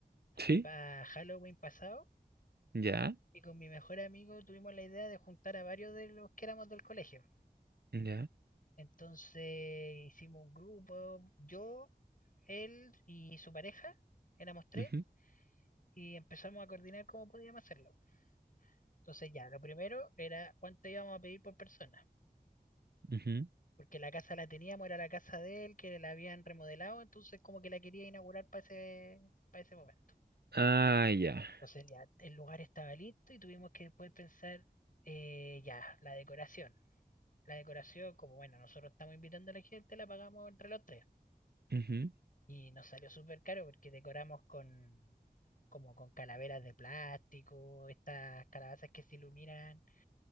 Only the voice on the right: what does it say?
Sí,
ya,
ya.
ujú,
ujú.
Ah, ya.
Ujú.